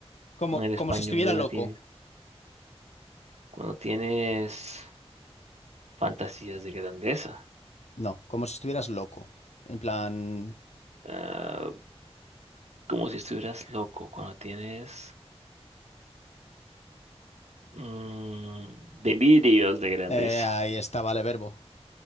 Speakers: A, on the left; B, on the right.
A: Como
B: en el español
A: como si estuviera
B: de latín.
A: loco.
B: Cuando tienes fantasías de grandeza,
A: No, como si estuvieras loco. En plan,
B: ah, como si estuvieras loco. Cuando tienes mm, delirios de grandeza.
A: eh, ahí está, vale, verbo.